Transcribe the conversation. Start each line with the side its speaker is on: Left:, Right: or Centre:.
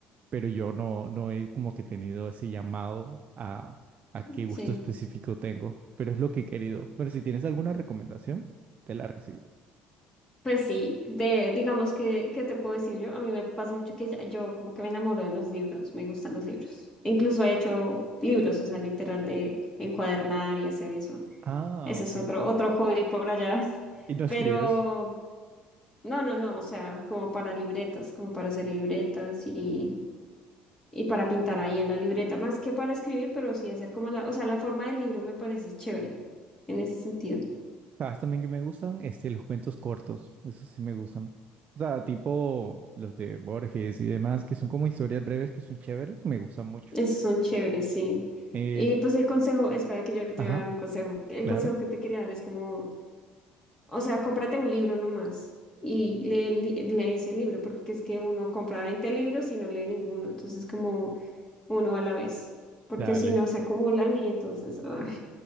Right: Pero yo no, no he como que tenido ese llamado a, a qué gusto
Left: sí.
Right: específico tengo, pero es lo que he querido. Pero si tienes alguna recomendación, te la recibo.
Left: Pues sí, de, digamos que, ¿qué te puedo decir yo? A mí me pasa mucho que ya- yo como que me enamoro de los libros, me gustan los libros. Incluso he hecho libros, o sea, literal de encuadernar y hacer eso.
Right: Ah,
Left: Ese
Right: ok.
Left: es otro, otro hobby por allá. <laughs>
Right: Y no escribes.
Left: Pero no, no, no, o sea, como para libretas, como para hacer libretas y, y para pintar ahí en la libreta, más que para escribir, pero sí hacer como la, o sea, la forma del libro me parece chévere en ese sentido.
Right: ¿Sabes también que me gustan? Este, los cuentos cortos. Esos sí me gustan. O sea, tipo los de Borges y demás, que son como historias breves que son chéveres, me gustan mucho.
Left: Esos son chéveres, sí.
Right: Eh,
Left: Y pues el consejo, espera que yo te
Right: ajá,
Left: voy a dar un consejo. El
Right: claro.
Left: consejo que te quería dar es como, o sea, cómprate un libro nomás y lee, el li- lees el libro, porque es que uno compra 20 libros y no lee ninguno. Entonces, como uno a la vez, porque
Right: Dale.
Left: si no se acumulan y entonces ay,